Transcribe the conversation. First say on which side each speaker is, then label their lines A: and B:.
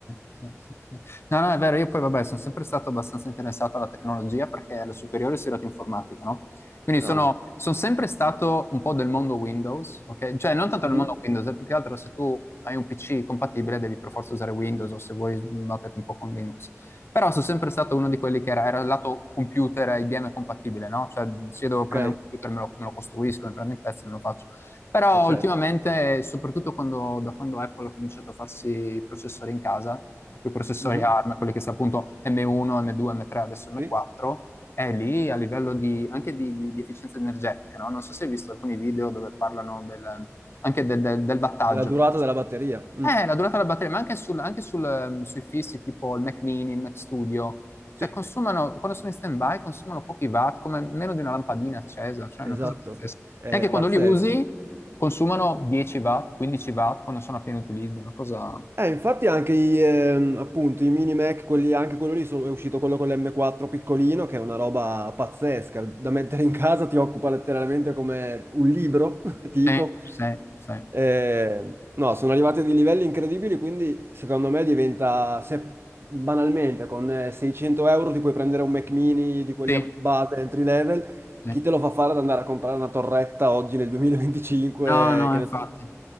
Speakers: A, on the left (about 50°); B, on the right (about 50°).
A: sì, sì, sì, sì. No, no, è vero, io poi vabbè, sono sempre stato abbastanza interessato alla tecnologia perché alle superiori ho studiato informatica, no? Quindi
B: Ah,
A: sono, sono sempre stato un po' del mondo Windows, ok? Cioè, non tanto
B: mhm,
A: del mondo Windows, è più che altro se tu hai un PC compatibile devi per forza usare Windows o se vuoi batterti un po' con Linux. Però sono sempre stato uno di quelli che era, era il lato computer IBM compatibile, no? Cioè, se io devo
B: Ok,
A: prendere un computer me lo, me lo costruisco, mi prendo in pezzi e me lo faccio. Però
B: è certo.
A: ultimamente, soprattutto quando- da quando Apple ha cominciato a farsi i processori in casa, quei processori
B: Mhm,
A: ARM, quelli che sono appunto M1, M2, M3, adesso M4,
B: Sì,
A: è lì a livello di, anche di, di- di efficienza energetica, no? Non so se hai visto alcuni video dove parlano del- anche del, del- del wattaggio.
B: della durata
A: che
B: della batteria. Mm,
A: eh, la durata della batteria, ma anche, sul- anche sul, ehm, sui fissi, tipo il Mac Mini, il Mac Studio, cioè
B: Sì,
A: consumano, quando sono in stand-by, consumano pochi watt, come meno di una lampadina accesa, cioè
B: esatto.
A: è una cosa pazzesca. E
B: È
A: anche quando
B: pazzesco.
A: li usi, consumano 10 watt, 15 watt, quando sono a pieno utilizzo, è una cosa...
B: Eh, infatti anche i, ehm, appunto, i mini Mac, quelli, anche quello lì, sono- è uscito quello con l'M4 piccolino, che è una roba pazzesca. Da mettere in casa ti occupa letteralmente come un libro, <laughs> tipo,
A: eh, Sì, sì, sì,
B: Eh, no, sono arrivati a dei livelli incredibili, quindi secondo me diventa, se banalmente con eh, 600 euro ti puoi prendere un Mac mini di quelli
A: sì,
B: a base entry level,
A: sì.
B: chi te lo fa fare ad andare a comprare una torretta oggi nel 2025,
A: No, no,
B: che
A: infatti.
B: ne so.